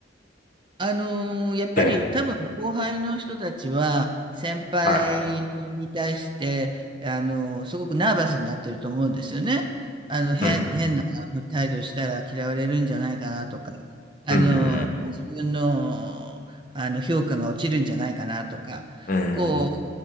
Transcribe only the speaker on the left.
ええ、はい。
うん、
うん、うん、
うん、うん、